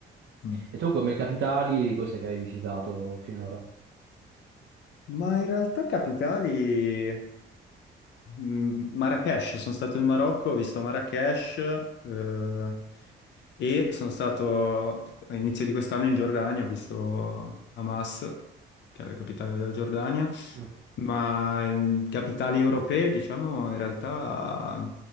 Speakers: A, on the left; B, on the right.
A: Mm.
B: E tu come capitali, cos'è che hai visitato finora?
A: Ma in realtà capitali... mm, Marrakesh, sono stato in Marocco, ho visto Marrakesh, eh, E sono stato all'inizio di quest'anno in Giordania, ho visto Hamas, che è la capitale della Giordania,
B: Mm.
A: ma ehm, capitali europee, diciamo, in realtà